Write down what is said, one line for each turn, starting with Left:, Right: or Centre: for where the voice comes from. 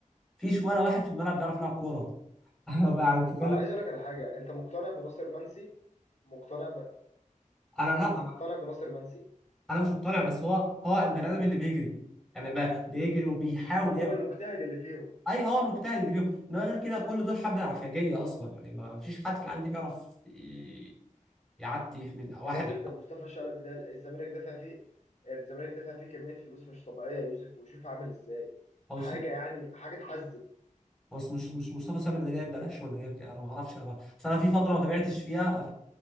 Centre: مفيش ولا واحد في الملعب بيعرف يلعب كورة <laughs> أنا بقى بتكلم
Left: انا عايز اقول لك على حاجه انت مقتنع بناصر منسي مقتنع ب...
Centre: أنا لا
Left: انت
Centre: أنا
Left: مقتنع بناصر منسي
Centre: أنا مش مقتنع بس هو هو البني آدم اللي بيجري يعني بقى بيجري وبيحاول
Left: هو
Centre: يعمل
Left: المجتهد اللي فيهم
Centre: أي هو المجتهد اللي فيهم إنما غير كده كل دول حبة عفياجية أصلا يعني ما فيش حد في العالم دي بيعرف ي- يعدي من واحد
Left: يا راجل ده مصطفى شلبي ده الزمالك دافع فيه الزمالك دافع فيه كمية فلوس مش طبيعية يا يوسف وشوف عامل ازاي
Centre: أو
Left: حاجة يعني حاجة تحزن
Centre: بس مش مش مصطفى سالم ده جايب بلاش ولا جايب كده انا ما اعرفش انا اصل انا في فتره ما تابعتش فيها